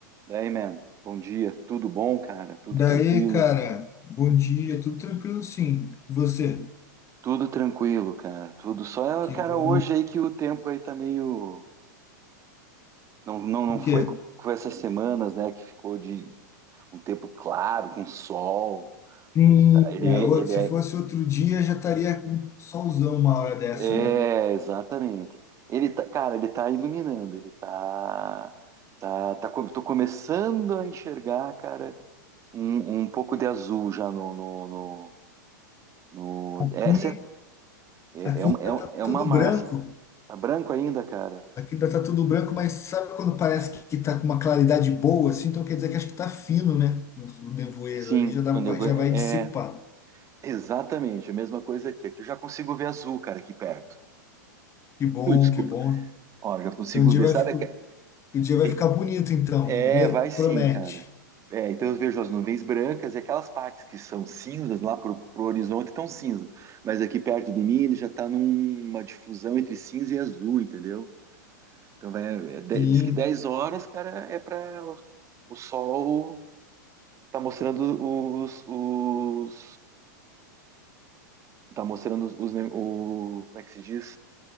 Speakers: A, on the right; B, on the left.
A: Daí, man, bom dia. Tudo bom, cara? Tudo
B: Daí,
A: tranquilo?
B: cara, bom dia, tudo tranquilo sim. E você?
A: Tudo tranquilo, cara. Tudo só,
B: Que
A: cara,
B: bom.
A: hoje aí que o tempo aí tá meio. Não, não, não
B: O
A: foi
B: quê?
A: com com essas semanas, né, que ficou de um tempo claro, com sol.
B: Sim,
A: Ele tá, ele,
B: a
A: é-
B: ou-
A: ele
B: se
A: é.
B: fosse outro dia já estaria com um solzão uma hora dessa,
A: É,
B: né?
A: exatamente. Ele tá, cara, ele tá iluminando, ele tá. Tá, tá, co- tô começando a enxergar, cara, um, um pouco de azul já no, no, no, no-
B: Aqui,
A: é, É,
B: aqui
A: é, um- é,
B: ainda
A: um-
B: tá
A: é
B: tudo
A: uma massa.
B: branco,
A: Tá branco ainda, cara?
B: aqui ainda tá tudo branco, mas sabe quando parece que tá com uma claridade boa, assim? Então quer dizer que acho que tá fino, né? O, o nevoeiro
A: Sim,
B: ali já dá,
A: eu
B: vai-
A: nevo...
B: já
A: é
B: vai dissipar.
A: exatamente a mesma coisa aqui. Aqui eu já consigo ver azul, cara, aqui perto.
B: Que bom,
A: Ui, desculpa.
B: que bom.
A: Ó, já consigo
B: Então o dia
A: ver,
B: vai,
A: sabe?
B: fi-
A: aque-
B: o dia vai
A: tem-
B: ficar bonito, então,
A: É,
B: me-
A: vai sim,
B: promete.
A: cara. É, então eu vejo as nuvens brancas e aquelas partes que são cinzas lá pro, pro horizonte estão cinzas. Mas aqui perto de mim ele já tá numa difusão entre cinza e azul, entendeu? Então vai, é de-
B: Sim,
A: diz que 10 horas, cara, é para o o sol Tá mostrando os, os tá mostrando os, os ne- o, como é que se diz?